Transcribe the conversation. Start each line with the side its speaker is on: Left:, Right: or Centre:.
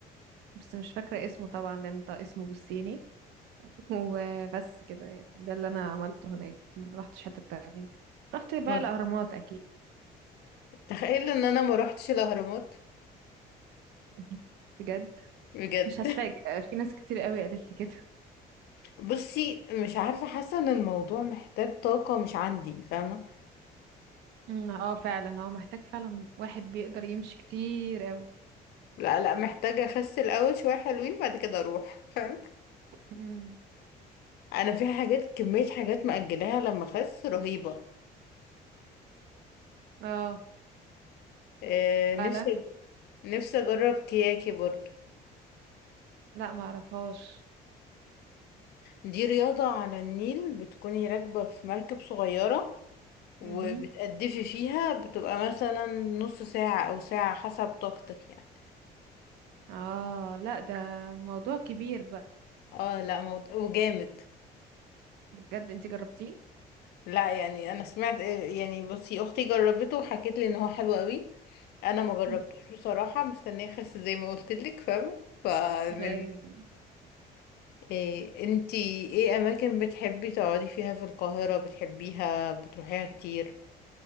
Right: بس مش فاكره اسمه طبعا لان ده اسمه بالصيني <laughs> وبس كده يعني ده اللي انا عملته هناك ما رحتش حته تانية رحت بقى
Left: ما-
Right: الاهرامات اكيد
Left: تخيل ان انا ما روحتش الاهرامات
Right: <laughs> بجد
Left: بجد
Right: مش هتفاجئ
Left: <laughs>
Right: في ناس كتير قوي قالت لي كده <laughs>
Left: بصي مش عارفة حاسة ان الموضوع محتاج طاقة مش عندي فاهمة
Right: أمم، اه فعلا هو محتاج فعلا واحد بيقدر يمشي كتير قوي
Left: لا لا محتاجة أخس الأول شوية حلوين بعد كده أروح فاهم
Right: أمم،
Left: أنا في حاجات كمية حاجات مأجلاها لما أخس رهيبة
Right: اه
Left: آه نفسي
Right: فعلا
Left: أج- نفسي أجرب كياكي برضه
Right: لا ما اعرفهاش
Left: دي رياضة على النيل بتكوني راكبة في مركب صغيرة وبتقدفي
Right: مهم.
Left: فيها بتبقى مثلا نص ساعة أو ساعة حسب طاقتك يعني
Right: اه لا ده موضوع كبير بقى
Left: اه لا موضوع وجامد
Right: بجد انت جربتيه
Left: لا يعني انا سمعت يعني بصي اختي جربته وحكت لي ان هو حلو قوي انا ما جربتوش
Right: مم.
Left: بصراحه مستنيه اخس زي ما قلت لك فاهمه فمن
Right: أيوة.
Left: إيه انتي ايه اماكن بتحبي تقعدي فيها في القاهره بتحبيها بتروحيها كتير